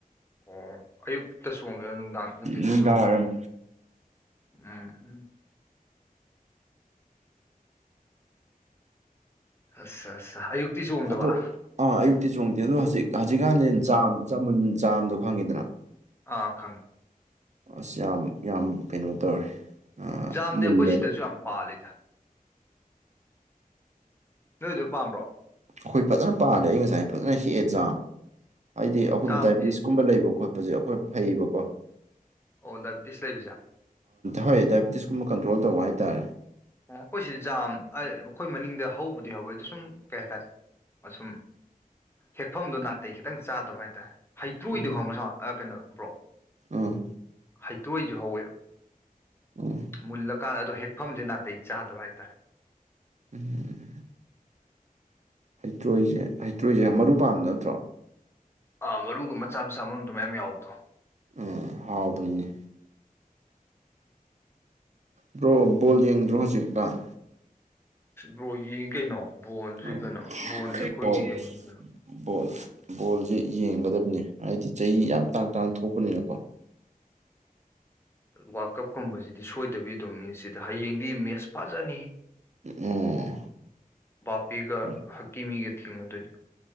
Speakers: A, on the left; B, on the right.
A: ꯑꯣ ꯑꯌꯨꯛꯇ ꯆꯣꯡꯒꯦꯔꯣ ꯅꯨꯡꯗꯥꯡ ꯅꯨꯡꯊꯤꯟꯗ
B: ꯅꯨꯡꯗꯥꯡ
A: ꯆꯣꯡꯒꯦꯔꯣ
B: ꯋꯥꯏꯔꯝ
A: ꯎꯝ ꯎꯝ <inaudible> ꯑꯠꯆꯥ ꯑꯠꯆꯥ ꯑꯌꯨꯛꯇꯤ ꯆꯣꯡꯗꯕ
B: ꯑꯗꯨ ꯑꯥ ꯑꯌꯨꯛꯇꯤ ꯆꯣꯡꯗꯦ ꯑꯗꯣ ꯍꯧꯖꯤꯛ ꯍꯧꯖꯤꯛꯀꯥꯟꯗꯤ ꯆꯥ ꯆꯝꯃꯨꯟ ꯆꯥꯝꯗꯣ ꯈꯪꯉꯤꯗꯅ
A: ꯑꯥ ꯈꯪꯉꯤ
B: ꯑꯁ ꯌꯥꯝ ꯌꯥꯝ ꯀꯩꯅꯣ ꯇꯧꯔꯦ
A: ꯌꯥꯝꯖꯥꯝꯗꯤ
B: ꯃꯨꯜꯂꯦꯕ
A: ꯑꯩꯈꯣꯏ ꯁꯤꯗꯁꯨ ꯌꯥꯝ ꯄꯥꯜꯂꯤꯗ ꯅꯣꯏꯗꯨ ꯄꯥꯝꯕ꯭ꯔꯣ
B: ꯑꯩꯈꯣꯏ ꯐꯖꯅ ꯄꯥꯜꯜꯂꯤꯦ ꯑꯩ ꯉꯁꯥꯏ ꯐꯖꯅ ꯍꯦꯛꯑꯖꯥ ꯍꯥꯏꯗꯤ ꯑꯩꯈꯣꯏ
A: ꯖꯥꯝꯗꯤ
B: ꯗꯥꯏꯕꯤꯇꯤꯁꯀꯨꯝꯕ ꯂꯩꯕ ꯈꯣꯠꯄ ꯇꯁꯛ ꯑꯩꯈꯣꯏ ꯐꯩꯌꯦꯕꯀꯣ
A: ꯑꯣꯗꯕꯤꯗꯤꯤꯁ ꯂꯩꯕꯤꯖꯥ
B: ꯍꯣꯏ ꯗꯥꯏꯕꯦꯇꯤꯁꯀꯨꯝꯕ ꯀꯟꯇ꯭ꯔꯣꯜ ꯇꯧꯕ ꯍꯥꯏꯇꯥꯔꯦ
A: ꯑꯣ ꯑꯩꯈꯣꯏꯁꯤꯗꯤ ꯖꯥꯝ ꯑꯩꯈꯣꯏ ꯃꯅꯤꯡꯗ ꯍꯧꯕꯗꯤ ꯍꯧꯋꯦ ꯑꯗꯣ ꯁꯨꯝ ꯀꯩ ꯍꯥꯏꯇꯥꯔꯦ ꯑꯁꯨꯝ ꯍꯦꯛꯐꯝꯗꯨꯣ ꯅꯥꯇꯩ ꯈꯤꯇꯪ ꯆꯥꯗꯕ ꯍꯥꯏꯇꯥꯔꯦ ꯍꯩꯇ꯭ꯔꯣꯏꯗꯣ
B: ꯎꯝ
A: ꯈꯪꯕ ꯁ ꯀꯩꯅꯣ ꯇꯕ꯭ꯔꯣ
B: ꯎꯝ
A: ꯍꯩꯇ꯭ꯔꯣꯏꯁꯨ ꯍꯧꯋꯦꯕ
B: ꯎꯝ
A: ꯃꯨꯜꯂꯀꯥꯟꯗ ꯑꯗꯣ ꯍꯦꯛꯐꯝꯁꯦ ꯅꯥꯇꯩ ꯆꯥꯗꯕ ꯍꯥꯏꯇꯥꯔꯦ
B: ꯎꯝ ꯍꯩꯇ꯭ꯔꯣꯏꯁꯦ ꯍꯩꯇ꯭ꯔꯣꯏꯁꯦ ꯃꯔꯨ ꯄꯥꯝꯕ ꯅꯠꯇ꯭ꯔꯣ
A: ꯑꯥ ꯃꯔꯨꯒ ꯃꯆꯥ ꯃꯆꯥ ꯃꯅꯨꯡꯗꯣ ꯃꯌꯥꯝ ꯌꯥꯎꯕꯗꯣ
B: ꯎꯝ ꯍꯥꯎꯕꯅꯤꯅꯦ ꯕ꯭ꯔꯣ ꯕꯣꯜ ꯌꯦꯡꯗ꯭ꯔꯣ ꯍꯧꯖꯤꯛꯀꯥꯟ
A: ꯕꯣꯒꯤ ꯀꯩꯅꯣ ꯕꯣꯟꯁꯦ
B: ꯑꯣ
A: ꯀꯩꯅꯣ ꯕꯣꯟꯗꯤꯦ ꯑꯩꯈꯣꯏꯒꯤ
B: ꯕꯣꯜ
A: ꯀꯩꯅꯣꯅꯤꯅꯦ
B: ꯕꯣꯜ ꯕꯣꯜꯁꯦ ꯌꯦꯡꯒꯗꯕꯅꯤ ꯍꯥꯏꯗꯤ ꯆꯍꯤ ꯌꯥꯝ ꯇꯥꯡ ꯇꯥꯡ ꯊꯣꯛꯄꯅꯤꯅꯀꯣ
A: ꯋꯥꯔꯜ ꯀꯞꯀꯨꯝꯕꯁꯤꯗꯤ ꯁꯣꯏꯗꯕꯤꯗꯝ ꯃꯤ ꯁꯤꯗ ꯍꯌꯦꯡꯗꯤ ꯃꯦꯠꯁ ꯐꯖꯅꯤ
B: ꯎꯝ
A: ꯕꯥꯄꯤꯦꯒ
B: ꯍꯣꯏ
A: ꯍꯀꯤꯃꯤꯒ ꯊꯦꯡꯅꯗꯣꯏꯅꯤ